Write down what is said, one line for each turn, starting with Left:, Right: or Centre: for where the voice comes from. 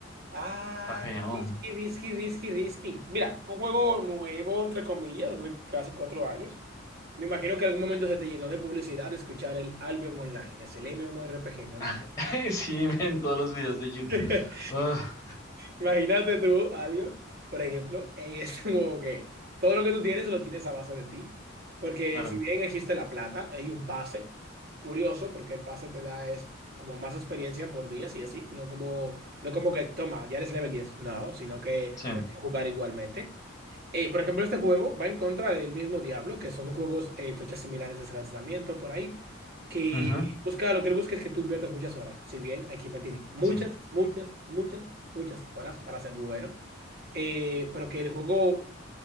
Right: Ah,
Left: está feo.
Right: risky, risky, risky, risky. Mira, un juego nuevo, entre comillas, hace casi cuatro años. Me imagino que en algún momento se te llenó de publicidad de escuchar el Albion Online, es el MMORPG no lineal.
Left: <laughs> Sí, en todos los videos de YouTube.
Right: <laughs>
Left: Ah,
Right: Imagínate tú, Adio, por ejemplo, en este <laughs> juego que todo lo que tú tienes lo tienes a base de ti. Porque
Left: claro,
Right: si bien existe la plata, hay un pase. Curioso, porque el pase te da es como más experiencia por días y así. No como, no como que toma, ya eres level 10. No, sino que
Left: sí.
Right: tienes que jugar igualmente. Eh, por ejemplo, este juego va en contra del mismo Diablo, que son juegos eh, fechas similares de su lanzamiento por ahí, que
Left: Ujú,
Right: busca lo que él busca es que tú inviertas muchas horas. Si bien hay que invertir muchas,
Left: sí,
Right: muchas, muchas, muchas horas para ser bueno, eh, pero que el juego